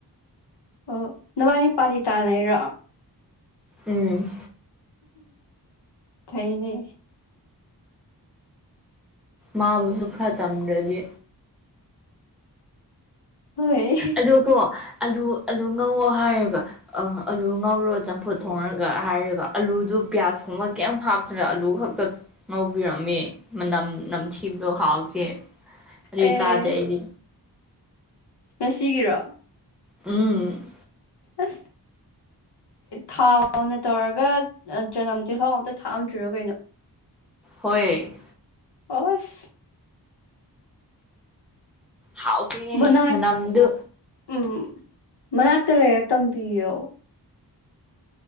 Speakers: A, on the left; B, in the centre.
A: ꯑꯣ ꯅꯕꯥꯅꯤ ꯄꯥꯥꯂꯤ ꯇꯥꯅꯩꯔꯣ
B: ꯎꯝ
A: ꯐꯩꯅꯦ꯫
B: ꯃꯥꯡꯕꯁꯨ ꯈꯔ ꯇꯝꯗ꯭ꯔꯗꯤ꯫
A: ꯍꯣꯏ꯫
B: ꯑꯗꯨ ꯀꯣ ꯑꯥꯂꯨ ꯑꯥꯂꯨ ꯉꯧꯋꯣ ꯍꯥꯏꯌꯦꯕ꯫ ꯑꯪ ꯑꯥꯂꯨ ꯉꯧꯔꯣ ꯆꯝꯐꯨꯠ ꯊꯣꯡꯉꯒ ꯍꯥꯏꯔꯒ ꯑꯥꯂꯨꯗꯨ ꯄꯤꯌꯥꯁꯀꯨꯝꯕ ꯀꯩꯝ ꯍꯥꯞ ꯈꯔ ꯑꯂꯨ ꯈꯛꯇ ꯉꯧꯕꯤꯔꯝꯃꯦ ꯃꯅꯝ꯫ ꯅꯝꯊꯤꯕꯗꯣ ꯍꯥꯎꯇꯦ ꯑꯗꯨ
A: ꯑꯦ
B: ꯆꯥꯗ꯭ꯔꯦ ꯑꯩꯗꯤ꯫
A: ꯉꯥꯁꯤꯒꯤꯔꯣ꯫
B: ꯎꯝ꯫
A: ꯑꯁ ꯫ ꯊꯥꯎꯅ ꯇꯧꯔꯒ ꯆꯅꯝ ꯇꯤꯜꯍꯧ ꯑꯝꯇ ꯊꯥꯛꯑꯝꯗ꯭ꯔꯤꯔꯣ ꯀꯩꯅꯣ꯫
B: ꯍꯣꯏ꯫
A: ꯑꯁ꯫
B: ꯍꯥꯎꯇꯦꯍꯦ
A: ꯃꯅꯥꯛ
B: ꯃꯥꯅꯝꯗꯨ꯫
A: ꯎꯝ ꯃꯅꯥꯛꯇ ꯂꯩꯔ ꯇꯝꯕꯤꯌꯣ꯫